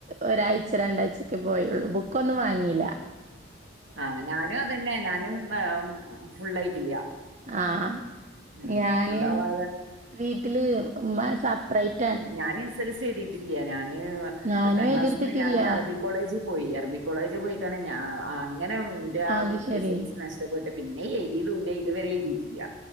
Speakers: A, on the right (about 40°); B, on the right (about 75°).
A: ഒരാഴ്ച രണ്ടാഴ്ചൊക്കെ പോയുള്ളു ബുക്ക ഒന്നും വാങ്ങില്ല
B: ആഹ ഞാനും അതന്നെ ഞാനും ഫുള്ളായിട്ടില്ല
A: ആഹ
B: ഉം
A: ഞാന്
B: ഫുള്ളാവാതെ
A: വീട്ടില് ഉമ്മ സപ്പറേറ്റ്
B: ഞാന്ൻ എസ് എൽ എ എഴുതിട്ടില്ല ഞാന്
A: ഞാനും
B: പത്താം
A: എഴുതിയെടുത്തിട്ടില്ല.
B: ക്ലാസ്സിൽ നിന്ന് ഞൻ അറബി കോളേജ് പോയി അറബി കോളേജ് പോയിക്ക അങ്ങനെ എന്റെ ആ
A: അത് ശരി.
B: എസ് എൽ സി നഷ്ടപ്പെട്ട് പിന്നെ എഴുതിലല്ല ഇതുവരെ എഴുതിയിട്ടല്ല